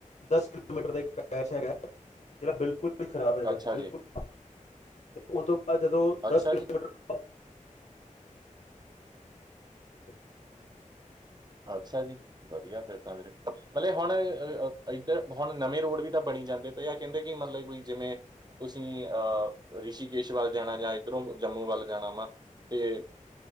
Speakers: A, on the left; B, on the right.
A: ਦਸ ਕਿਲੋਮੀਟਰ ਦਾ ਇੱਕ ਪੈਸ ਹੈਗਾ ਜਿਹੜਾ ਬਿਲਕੁਲ <unintelligible> ਖਰਾਬ ਹੈਗਾ
B: ਅੱਛਾ
A: ਬਿਲਕੁਲ
B: ਜੀ
A: ਉਹ ਤੋਂ ਬਾਅਦ ਜਦੋਂ
B: ਅੱਛਾ
A: ਦਸ ਕਿਲੋਮੀਟਰ
B: ਜੀ
A: <inaudible> <unintelligible>
B: ਅੱਛਾ ਜੀ ਵਧੀਆ ਫਿਰ ਤਾਂ ਵੀਰੇ ਮਤਲਬ ਹੁਣ ਅ ਇੱਧਰ ਹੁਣ ਨਵੇਂ ਰੋਡ ਵੀ ਤਾਂ ਬਣੀ ਜਾਂਦੇ ਪਏ ਆ ਕਹਿੰਦੇ ਕਿ ਮਤਲਬਈ ਜਿਵੇਂ ਤੁਸੀਂ ਅਹ ਰਿਸ਼ੀਕੇਸ਼ ਵੱਲ ਜਾਣਾ ਜਾਂ ਇੱਧਰੋਂ ਜੰਮੂ ਵੱਲ ਜਾਣਾ ਵਾ ਤੇ